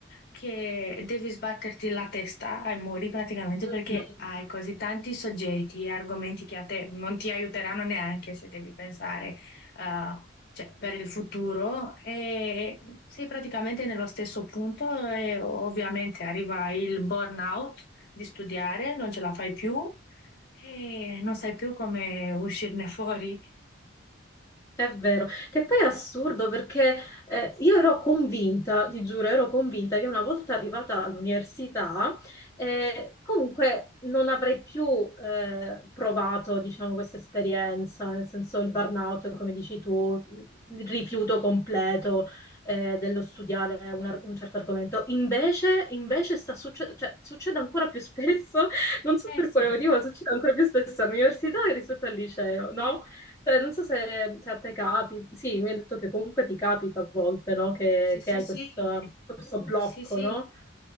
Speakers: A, on the left; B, on the left.
A: che devi sbatterti la testa ai muri praticamente
B: <laughs>
A: perché hai così tanti soggetti e argomenti che a te non ti aiuteranno neanche se devi pensare eh, cioè, per il futuro e sei praticamente nello stesso punto e ovviamente arriva il burnout di studiare, non ce la fai più e non sai più come uscirne <laughs> fuori.
B: È vero, che poi è assurdo perché eh, io ero convinta, ti giuro, ero convinta che una volta arrivata all'università, eh, comunque non avrei più eh, provato, diciamo, questa esperienza, nel senso il burnout, come dici tu, il rifiuto completo eh, dello studiare un, ar- un certo argomento. Invece, invece sta succe- cioè, succede ancora più spesso, <laughs> non so
A: Eh
B: per
A: sì,
B: quale motivo, ma succede ancora più spesso all'università rispetto al liceo, no? Cioè, non so se, se a te capita, sì, mi hai detto che comunque ti capita a volte, no? Che,
A: sì, sì,
B: che hai
A: sì,
B: questo, questo blocco,
A: sì, sì,
B: no?